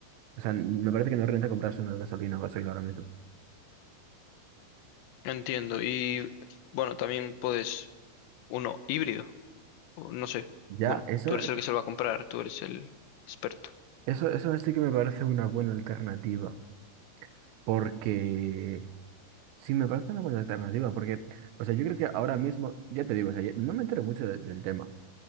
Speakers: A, on the right; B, on the left.
A: O sea, me parece que no renta comprarse uno de gasolina o gasoil ahora mismo.
B: entiendo. Y bueno, también puedes uno híbrido, o no sé.
A: Ya,
B: Bueno,
A: eso,
B: tú eres el que se lo va a comprar, tú eres el experto.
A: Eso, eso sí que me parece una buena alternativa, porque sí me parece una buena alternativa, porque, o sea, yo creo que ahora mismo, ya te digo, o sea, ya- no me entero mucho de- del tema,